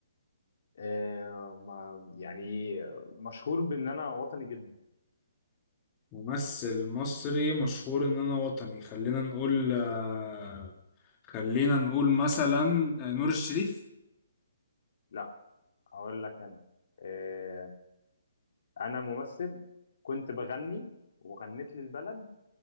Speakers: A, on the left (about 60°); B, on the left (about 20°).
A: آه، ما- يعني مشهور بان انا وطني جدا
B: ممثل مصري مشهور ان انا وطني خلينا نقول آه، خلينا نقول مثلا آه، نور الشريف
A: لا اقول لك انا آه، انا ممثل كنت بغني وغنيت للبلد